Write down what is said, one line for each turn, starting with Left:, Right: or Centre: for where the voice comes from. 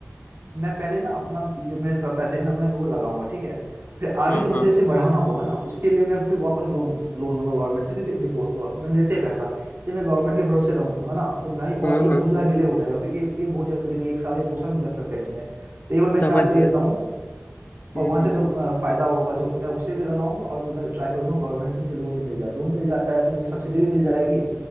Right: मैं पहले ना अपना ये जो मेरे पास पैसे है ना मैं वो लगाऊंगा ठीक है फिर आगे
Left: हाँ
Right: से मुझे
Left: हाँ
Right: उसे बढ़ाना होगा ना उसके लिए मैं फिर वापस लोन लोन लूंगा गवर्नमेंट से क्योंकि देखो गवर्नमेंट देते हैं पैसा यदि मैं गवर्नमेंट के भरोसे रहूंगा ना तो मैं
Left: हम्म
Right: और ये
Left: हम्म
Right: बहुत ज्यादा डिले हो जाएगा क्योंकि ये ये बहुत जल्दी नहीं एक साल या दो साल भी लग सकता है इसमें तो ये मैं
Left: समझ
Right: स्टार्ट कर
Left: गया
Right: लेता हूँ
Left: हम्म
Right: और वहां
Left: हम्म
Right: से जो अ, फायदा होगा जो मैं उसे भी लगाऊंगा और जो मैं ट्राई करूंगा गवर्नमेंट से मुझे लोन ही मिल जाए लोन मिल जाता है तो मुझे सब्सिडी भी मिल जाएगी